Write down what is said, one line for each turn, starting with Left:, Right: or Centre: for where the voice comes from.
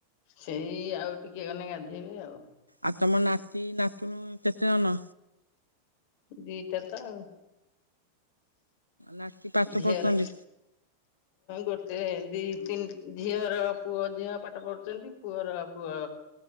Left: ସେଇ ଆଉ ଟିକେ ଗଲେ ଗାଧେଇବି ଆଉ।
Right: ଆଉ ତମ ନାତି ନାତୁଣି କେତେ ଜଣ?
Left: ଦିଇଟା ତ ଆଉ।
Right: ନାତି ପାଠ
Left: ଝିଅର
Right: ପଢୁଛନ୍ତି।
Left: ଗୋଟେ ଦି ଝିଅର ପୁଅ ଝିଅ ପାଠ ପଢ଼ୁଛନ୍ତି ପୁଅର ପୁଅ